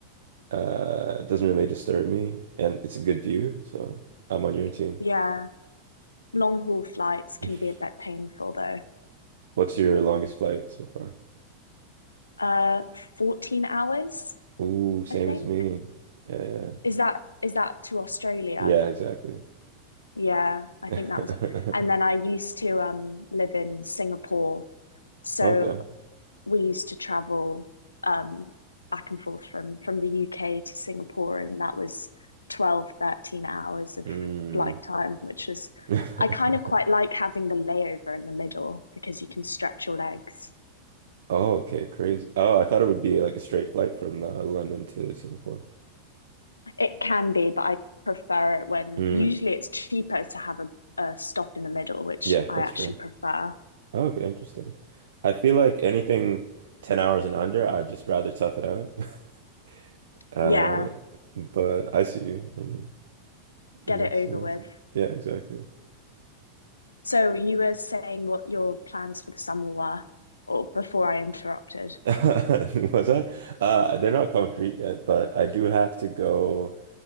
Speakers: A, on the right (about 60°); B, on the left (about 75°).
A: Uh, it doesn't really disturb me, and it's a good view, so I'm on your team.
B: yeah long haul flights can
A: <laughs>
B: be a bit painful though
A: What's your longest flight so far?
B: uh 14 hours
A: Ooh, same
B: i think
A: as me. Yeah, yeah.
B: is that is that to australia
A: Yeah, exactly.
B: yeah i
A: <laughs>
B: think that was it and then i used to um live in singapore so
A: Okay.
B: we used to travel um, back and forth from from the UK to Singapore, and that was 12 13 hours of
A: Mm.
B: flight time, which was
A: <laughs>
B: I kind of quite like having the layover in the middle because you can stretch your legs.
A: Oh, okay, crazy. Oh, I thought it would be like a straight flight from uh, London to Singapore.
B: It can be, but I prefer it when
A: Mm.
B: usually it's cheaper to have a, a stop in the middle, which
A: Yeah,
B: I
A: that's
B: actually
A: true.
B: prefer.
A: Oh, okay, interesting. I feel like anything 10 hours and under, I'd just rather tough it out. <laughs> Uh,
B: Yeah,
A: but I see you. Makes
B: get it over
A: sense.
B: with.
A: Yeah, exactly.
B: So you were saying what your plans for the summer were, or before I interrupted.
A: <laughs> Was that? Uh, they're not concrete yet, but I do have to go